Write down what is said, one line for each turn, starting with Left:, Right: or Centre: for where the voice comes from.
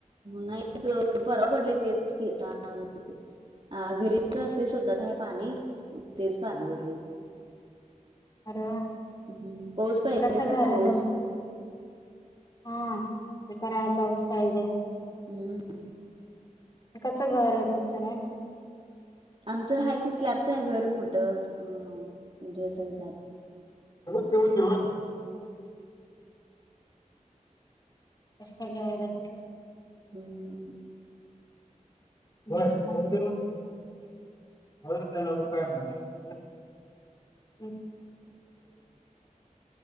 Right: नाही परराव पडले तेच की. अ विहिरीच असते, स्वतःच आहे पाणी तेच पाजल.
Left: अरे वा!
Right: हम्म पाऊस पाहिजे
Left: कसं
Right: खर
Left: घर
Right: तर
Left: आहे
Right: पाऊस
Left: तुम
Right: नाही.
Left: हा ते तर पाऊस पाहिजे.
Right: हम्म.
Left: कसं घर आहे तुमचं मॅम?
Right: आमचं हाय कि स्लॅबच आहे घर मोठं अ म्हणजे अस
Left: <unintelligible> अस घर आहे.
Right: हूं
Left: <unintelligible> <inaudible>